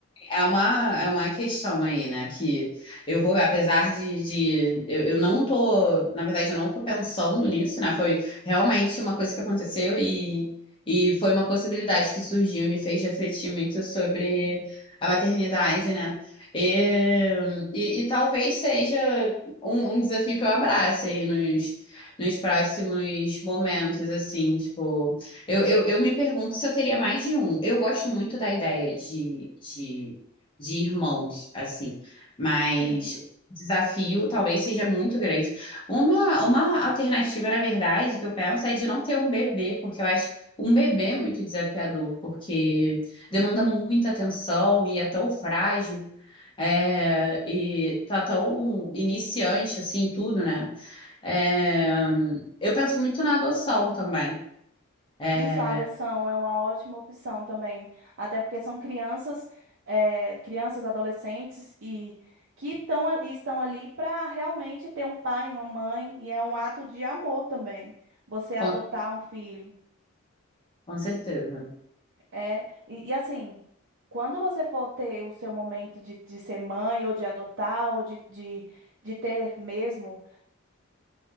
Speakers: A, on the left; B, on the right.
A: é uma, é uma questão aí, né? Que eu vou, apesar de, de eu, eu não tô, na verdade, eu não tô pensando nisso, né? Foi realmente uma coisa que aconteceu e, e foi uma possibilidade que surgiu e me fez refletir muito sobre a maternidade, né? E, e, e talvez seja um, um desafio que eu abrace aí nos, nos próximos momentos, assim, tipo. Eu, eu, eu me pergunto se eu teria mais de um. Eu gosto muito da ideia de, de de irmãos, assim. Mas
B: sim.
A: o desafio talvez seja muito grande. Uma, uma alternativa, na verdade, que eu penso é de não ter um bebê, porque eu acho um bebê muito desafiador, porque demanda muita atenção e é tão frágil. é, e tá tão iniciante assim tudo, né? É, eu penso muito na adoção também. É,
B: Isso, a adoção é uma ótima opção também, até porque são crianças, eh, crianças, adolescentes e que tão, a- estão ali para realmente ter um pai, uma mãe, e é um ato de amor também. Você adotar
A: com,
B: um filho.
A: com certeza.
B: É, e, e assim, quando você for ter o seu momento de, de ser mãe, ou de adotar, ou de, de, de ter mesmo,